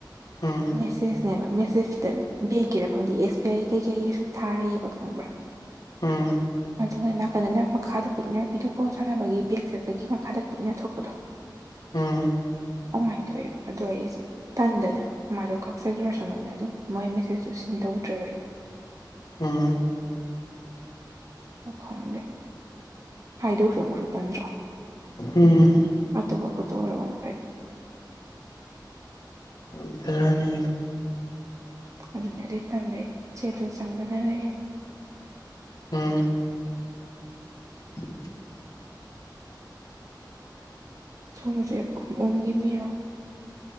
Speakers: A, on the left; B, on the right.
A: ꯎꯝ
B: ꯃꯦꯁꯦꯁꯅꯦꯕ ꯃꯦꯁꯦꯁꯇ ꯕꯦꯡꯀꯤꯔ ꯈꯪꯗꯦ ꯑꯦꯁ ꯕꯤ ꯑꯥꯏ ꯀꯩꯀꯩꯒꯤ ꯁꯨꯝ ꯊꯥꯔꯤꯑꯕ ꯈꯪꯕ꯭ꯔꯥ
A: ꯎꯝ
B: ꯑꯗꯨꯒ ꯅꯥꯀꯟꯗꯅ ꯃꯈꯥꯗ ꯄꯤꯛꯅ ꯚꯗꯤꯑꯣ ꯀꯣꯜ ꯁꯥꯟꯅꯕꯒꯤ ꯕꯦꯛ ꯆꯠꯄꯒꯤ ꯃꯈꯥꯗ ꯄꯤꯛꯅ ꯊꯣꯛꯄꯗꯣ
A: ꯎꯝ
B: ꯑꯗꯨꯃꯥꯏꯅ ꯊꯣꯛꯑꯦꯕ ꯑꯗꯣ ꯑꯩꯁꯦ ꯇꯟꯗꯅ ꯃꯥꯗꯣ ꯀꯛꯆꯒꯤ꯭ꯔꯁꯅꯣꯅꯦ ꯑꯗꯨꯝ ꯃꯣꯏ ꯃꯦꯁꯦꯁꯇꯨ ꯁꯤꯟ ꯇꯧꯗ꯭ꯔꯦꯕ ꯑꯩꯗꯣ
A: ꯎꯝ
B: ꯈꯪꯗꯦ ꯍꯥꯏꯥꯏꯗꯧ ꯁꯃꯨ ꯁꯨꯇꯦꯟꯗ꯭ꯔ
A: ꯎꯝ
B: ꯑꯇꯣꯞꯄ ꯐꯣꯠꯇꯣ ꯑꯣꯏꯔꯒꯨꯝ ꯐꯩ
A: ꯕꯤꯔꯌꯥꯅꯤ
B: ꯑꯗꯨꯅ ꯑꯗꯨ ꯇꯟꯕꯩꯆꯦꯠꯇꯣ ꯆꯪꯗꯅ ꯂꯩ
A: ꯎꯝ <inaudible>
B: ꯁꯣꯝꯁꯦ ꯎꯨꯝ ꯑꯨꯝꯒꯤ ꯃꯤꯔꯣ